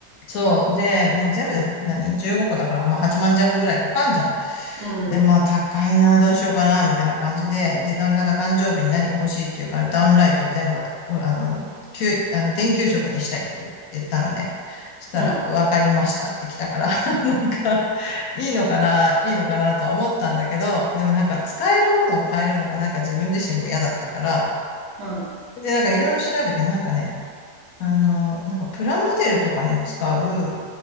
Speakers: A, on the left; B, on the right.
A: そう。で、もう全部で何 ?15 個だから、まあ8万弱ぐらいかかんじゃん。
B: うん、
A: で、まあ、高いな、どうしようかな、みたいな感じで、で、旦那が誕生日に何が欲しいって言うから、ダウンライトを全部、おあの、きゅあの電球色にしたいって言言ったのね。そしたら、
B: うん、
A: わかりましたって来たから、<laughs> なんか、いいのかな、いいのかなとは思ったんだけど、でもなんか、使えるものを変えるのがなんか自分自身も嫌だったから、
B: うん、
A: で、なんかいろいろ調べて、なんかね、あの、なんかプラモデルとかに使う、